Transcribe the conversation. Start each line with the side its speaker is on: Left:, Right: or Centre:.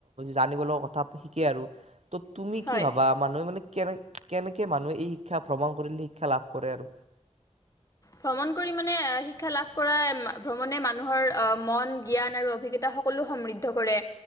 Right: জানিব লগা কথা শিকে আৰু। তুমি
Left: হয়
Right: কি ভাবা মানুহে মানে কেনে কেনেকে মানুহ এই শিক্ষা ভ্ৰমণ কৰিলে শিক্ষা লাভ কৰে আৰু।
Left: ভ্ৰমণ কৰি মানে শিক্ষা লাভ কৰা ভ্ৰমণে মানুহৰ মন জ্ঞান আৰু অভিজ্ঞতা সকলো সমৃদ্ধ কৰে।